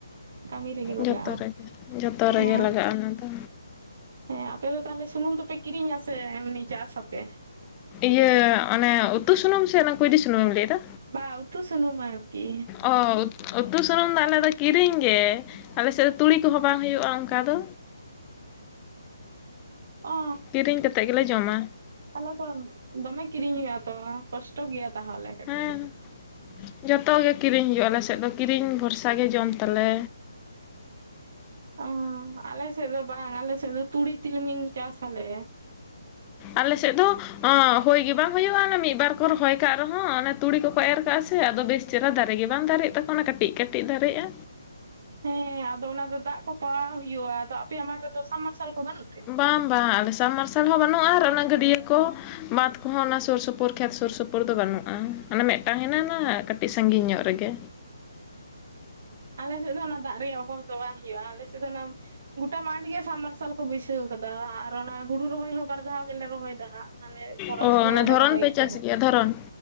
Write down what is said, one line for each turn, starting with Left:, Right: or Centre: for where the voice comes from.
Right: ᱠᱟᱹᱢᱤ ᱨᱮᱜᱮ ᱞᱟᱜᱟᱜᱼᱟ
Left: ᱡᱚᱛᱚ ᱨᱮᱜᱮ ᱡᱚᱛᱚ
Right: ᱦᱮᱸ
Left: ᱨᱮᱜᱮ ᱞᱟᱜᱟ-ᱟ ᱚᱱᱟ ᱫᱚ
Right: ᱦᱮᱸ ᱟᱯᱮ ᱫᱚ ᱛᱟᱦᱞᱮ ᱥᱩᱱᱩᱢ ᱫᱚᱯᱮ ᱠᱤᱨᱤᱧᱟ ᱥᱮ ᱮᱢᱱᱤ ᱪᱟᱥ ᱟᱯᱮ?
Left: ᱤᱭᱟᱹ ᱚᱱᱮ ᱩᱛᱩ ᱥᱩᱱᱩᱢ ᱥᱮ ᱚᱱᱟ ᱠᱩᱭᱰᱤ ᱥᱩᱱᱩᱢᱮᱢ ᱞᱟᱹᱭ ᱫᱟ?
Right: ᱵᱟ ᱩᱛᱩ ᱥᱩᱱᱩᱢ ᱟᱨᱠᱤ,
Left: ᱚ ᱩᱛᱩ ᱥᱩᱱᱩᱢ ᱫᱚ ᱟᱞᱮ ᱫᱚ ᱠᱤᱨᱤᱧ ᱜᱮ, ᱟᱞᱮ ᱥᱮᱫ ᱫᱚ ᱛᱩᱲᱤ ᱠᱚᱦᱚ ᱵᱟᱝ ᱦᱩᱭᱩᱜ-ᱟ ᱚᱝᱠᱟ ᱫᱚ᱾
Right: ᱚ
Left: ᱠᱤᱨᱤᱧ ᱠᱟᱛᱮᱫ ᱜᱮᱞᱮ ᱡᱚᱢᱟ
Right: ᱛᱟᱞᱮ ᱛᱚ ᱫᱚᱢᱮ ᱠᱤᱨᱤᱧ ᱦᱩᱭᱩᱜ ᱟ ᱛᱚ ᱠᱚᱥᱴᱚ ᱜᱮᱭᱟ ᱛᱟᱦᱟᱞᱮ ᱠᱟᱹᱴᱤᱡ
Left: ᱦᱮᱸ
Right: ᱮᱱᱛᱮ
Left: ᱡᱚᱛᱚ ᱜᱮ ᱠᱤᱨᱤᱧ ᱦᱩᱭᱩᱜ ᱟᱞᱮ ᱥᱮᱫ ᱫᱚ ᱠᱤᱨᱤᱧ ᱵᱷᱚᱨᱥᱟ ᱜᱮ ᱡᱚᱢ ᱛᱟᱞᱮ᱾
Right: ᱚ ᱟᱞᱮ ᱥᱮᱫ ᱫᱚ ᱵᱟᱝ ᱟᱞᱮ ᱥᱮᱫ ᱫᱚ ᱛᱩᱲᱤ ᱛᱤᱞᱢᱤᱧ ᱪᱟᱥ ᱟᱞᱮ᱾
Left: ᱟᱞᱮ ᱥᱮᱫ ᱫᱚᱼ ᱦᱳᱭ ᱜᱮ ᱵᱟᱝ ᱦᱩᱭᱩᱟ ᱚᱱᱮ ᱢᱤᱫ ᱵᱟᱨ ᱠᱚ ᱨᱚᱦᱚᱭ ᱠᱟᱜ ᱨᱮᱦᱚᱸ ᱚᱱᱮ ᱛᱩᱲᱤ ᱠᱚᱠᱚ ᱮᱨ ᱠᱟᱜ-ᱟ ᱥᱮ ᱟᱫᱚ ᱵᱮᱥᱼ ᱪᱮᱨᱟ ᱫᱟᱨᱮᱜᱮ ᱵᱟᱝ ᱫᱟᱨᱮᱜ ᱛᱟᱠᱚ ᱚᱱᱟ ᱠᱟᱹᱴᱤᱡ ᱠᱟᱹᱴᱤᱡ ᱫᱟᱨᱮᱜ-ᱟ᱾
Right: ᱦᱮᱸ ᱟᱫᱚ ᱚᱱᱟ ᱫᱚ ᱫᱟᱜ ᱠᱚ ᱯᱟᱣᱟᱣ ᱦᱩᱭᱩᱜᱼᱟ ᱟᱫᱚ ᱟᱯᱮᱭᱟᱜ ᱢᱟᱴ ᱨᱮᱫᱚ ᱥᱟᱢ ᱢᱟᱨᱥᱟᱞ ᱠᱚ ᱵᱟᱹᱱᱩᱜ ᱛᱮ?
Left: ᱵᱟᱝ ᱵᱟᱝ ᱟᱞᱮ ᱥᱟᱵ ᱢᱟᱨᱥᱟᱞ ᱦᱚᱸ ᱵᱟᱹᱱᱩᱜᱼᱟ ᱟᱨ ᱚᱱᱟ ᱜᱟᱹᱰᱭᱟᱹ ᱠᱚ, ᱵᱟᱸᱫᱽ ᱠᱚᱦᱚᱸ ᱚᱱᱟ ᱥᱩᱨ ᱥᱩᱯᱩᱨ ᱠᱷᱮᱛ ᱥᱩᱨ ᱥᱩᱯᱩᱨ ᱫᱚ ᱵᱟᱹᱱᱩᱜᱼᱟ᱾ ᱢᱤᱫ ᱴᱟᱝ ᱦᱮᱱᱟᱜ ᱟᱱᱟ ᱠᱟᱹᱴᱤᱡ ᱥᱟᱺᱜᱤᱧ ᱧᱚᱜ ᱨᱮᱜᱮ
Right: ᱟᱞᱮ ᱥᱮᱫ ᱫᱚ ᱚᱱᱟ ᱫᱟᱜ ᱨᱮᱭᱟᱜ ᱚᱵᱷᱟᱵᱽ ᱫᱚ ᱵᱟᱝ ᱦᱩᱭᱩᱜᱼᱟ ᱟᱞᱮ ᱥᱮᱫ ᱫᱚ ᱚᱱᱟᱼᱼ ᱜᱚᱴᱟ ᱢᱟᱴᱷ ᱜᱮ ᱥᱟᱵᱢᱟᱨᱥᱟᱞ ᱠᱚ ᱵᱟᱹᱭᱥᱟᱹᱣ ᱠᱟᱫᱟ ᱟᱨ ᱚᱱᱮ ᱦᱩᱲᱩ ᱨᱚᱦᱚᱭ ᱦᱚᱸ ᱵᱟᱨ ᱫᱷᱟᱣ ᱜᱮᱞᱮ ᱨᱚᱦᱚᱭ ᱫᱟ ᱦᱟᱸᱜ᱾ ᱢᱟᱱᱮ ᱫᱷᱚᱨᱚᱱ
Left: ᱚ
Right: ᱥᱚᱢᱚᱭ
Left: ᱚᱱᱮ
Right: ᱦᱚᱸᱞᱮ
Left: ᱫᱷᱚᱨᱚᱱ
Right: ᱨᱚᱦᱚᱭ
Left: ᱯᱮ
Right: ᱮᱫ
Left: ᱪᱟᱥ
Right: ᱛᱟᱦᱮᱸᱫ
Left: ᱜᱮᱭᱟ ᱫᱷᱚᱨᱚᱱ